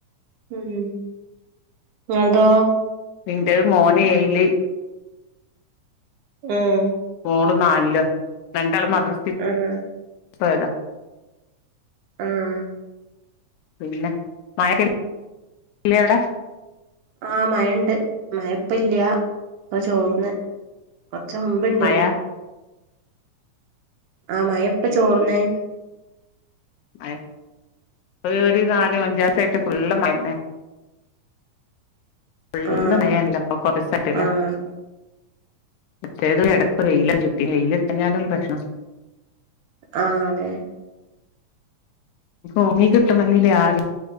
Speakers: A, on the right; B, on the left.
A: മ് മ് ഇങ്ങൾതോ
B: ഇന്റെ മോന് ഏയില്
A: ഉം
B: മോള് നാലോ രണ്ടാള് മദ്ര
A: ആഹ്
B: പ്പെവെര
A: ആഹ്
B: പിന്നെ മഴക്കല്ലേ അവിട
A: ആഹ് മയൊണ്ട് മയപ്പല്ല്യ ഇപ്പൊ ചോർന്ന് കൊർച്ച് മുമ്പ്ണ്ടാനി
B: മഴ
A: ആ മഴപ്പം ചോർന്നേ
B: അയ് ഒരു ഒരു നാലും അഞ്ചാസായിട്ട് ഫുള്ള് മയന്നെ ഫുള്ള്
A: ആഹ്
B: മയല്ലേ പ്പൊ കൊറേസായ്ട്ടില്ലേ
A: ആഹ്
B: മറ്റേത് ഇടക്ക് വെയില ചുറ്റി എയിലെതിരിഞ്ഞാലും പ്രശനാ
A: ആഹ് അതെ
B: ഓങ്ങി കിട്ടണെങ്കില്ലേ ആ